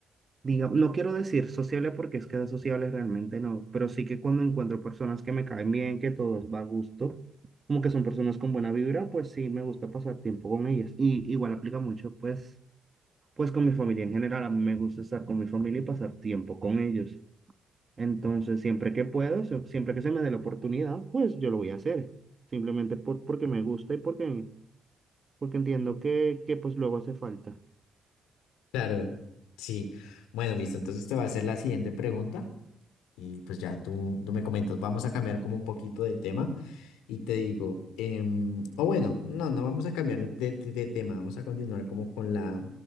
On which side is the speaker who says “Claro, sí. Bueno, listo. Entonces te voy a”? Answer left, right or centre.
Left